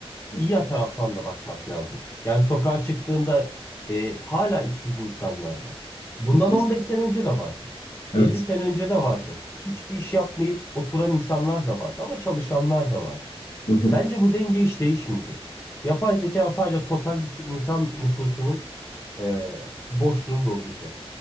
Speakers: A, on the left; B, on the left.
A: Hı.
B: İyi taraftan da bakmak lazım. Yani sokağa çıktığında e, hala işsiz insanlar var. Bundan
A: E, kesin
B: 15 sene önce de vardı.
A: Evet.
B: elli sene önce de vardı. Hiçbir iş yapmayıp oturan insanlar da vardı ama çalışanlar da vardı.
A: Hı hı.
B: Bence bu denge hiç değişmeyecek. Yapay zeka sadece totaldeki insan nüfusunun e, boşluğunu dolduracak.